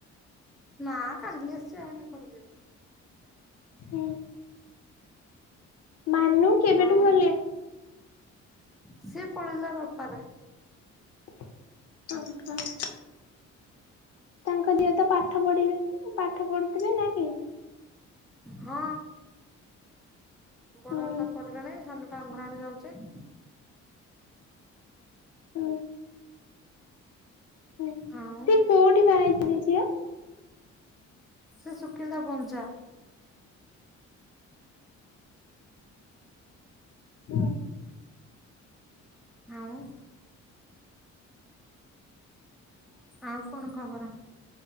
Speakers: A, in the centre; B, on the left.
A: ନା କାଲିିକି ଆସିଛି ଏଇନା କୁଆଡେ ଯିବି।
B: ହୁଁ। ମାନୁ କେବେଠୁ
A: ଆଉ
B: ଗଲେଣି
A: ସିଏ ପଳେଇଲା ରବିବାରେ।
B: ଓ ହଁ <unintelligible> ତାଙ୍କ ଝିଅ ତ ପାଠ ପଢିବେନି ପାଠ ପଢୁଥିବେ ନା କି?
A: ହଁ
B: ହୁଁ
A: ବଡ ଟା ପଢ଼ିଲାଣି ସାନ ଟା ଅଙ୍ଗନୱାଡି ଯାଉଛି।
B: ହୁଁ ହୁଁ। ହୁଁ ହୁଁ
A: ଆଉ
B: ସିଏ କୋଉଠି ବାହା ହେଇଥିଲେ ସିଏ।
A: ସେସୁକିନ୍ଦାବଞ୍ଚା।
B: ହୁଁ।
A: ଆଉ ଆଉ କଣ ଖବର?